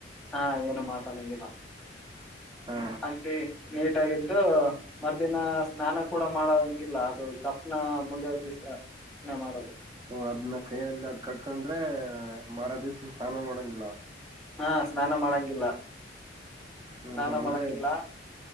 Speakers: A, in the centre; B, on the right.
A: ಹಾ ಏನು ಮಾತಾಡಂಗಿಲ್ಲ
B: ಹಾ
A: ಅತಿ ನೀಟಾಗಿದ್ದು ಮರುದಿನ ಸ್ನಾನ ಕೂಡ ಮಾಡೋ ಹಂಗಿಲ್ಲ ಅದು ದಪ್ಪನ ಮುಗಿಯ ದಿವಸ ಮಾಡೋದು
B: ಹ ಅದ್ನ ಕೈಯ್ಯಲ್ಲಿ ಅದ ಕಟ್ಕೊಂಡ್ರೆ ಮಾರಾದಿಸ ಸ್ನಾನ ಮಾಡಂಗಿಲ್ಲ
A: ಹಾ ಸ್ನಾನ ಮಾಡಂಗಿಲ್ಲ
B: ಹ್ಮ್
A: ಸ್ನಾನ
B: ಹ್ಮ್ ಅಂದ್ರೆ
A: ಮಾಡಂಗಿಲ್ಲ